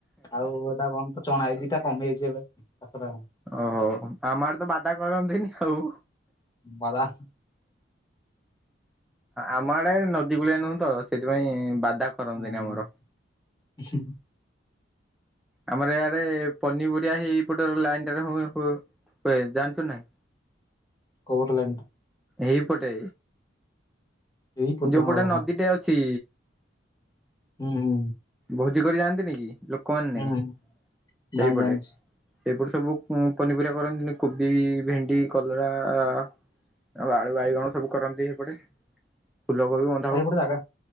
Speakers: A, on the left; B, in the centre.
A: ଆଉ ଏଟା କଣ ତ ଚଣା? ଏଇ ଦିଟା ତା କମି ଯାଇଛି ଏବେ। ଚାଷଟା ଆଉଁ।
B: ଓହୋ, ଆମ ଆଡ଼େ ତ ବାଦା କରନ୍ତିନି ଆଉ।
A: ବାଦାହ୍
B: ଆମ ଆଡେ ନଦୀ କୂଳିଆ ନୁହୁଁ ତ, ସେଥିପାଇଁ ବାଦା କରନ୍ତିନି
A: ହୁଁ,
B: ଆମର।
A: <unintelligible>
B: ଆମର ୟାଡ଼େ ପନିପରିବା ହେଇ ଏଇପଟ ଲାଇନ୍ ଟାରେ ହୁଁ -ହୁ-ହୁଏ ଜାଣିଚୁ ନାହିଁ!
A: କୋଉପଟ ଲାଇନ୍ ଟା?
B: ଏହିପଟେ।
A: ଏଇପଟ
B: ଯୋଉପଟେ
A: ହଁ ହଁ
B: ନଦୀଟେ ଅଛି-ଇ।
A: ହୁଁ, ହୁଁ।
B: ଭୋଜି କରି ଯାଆନ୍ତିନି କି ଲୋକମାନେ!
A: ହୁଁ ହୁଁ।
B: ସେଇପଟେ।
A: ଜାଣି ଜାଣିଛି।
B: ସେଇପଟେ ସବୁ ପ-ପନିପରିବା କରନ୍ତିନି। କୁବି, ଭେଣ୍ଡି, କଲରା-ଆ ଆଉ ଆଳୁ, ବାଇଗଣ ସବୁ କରନ୍ତି ହେପଟେ। ଫୁଲ କୋବି ବନ୍
A: ଆ ହେଇପଟେ ଜାଗା,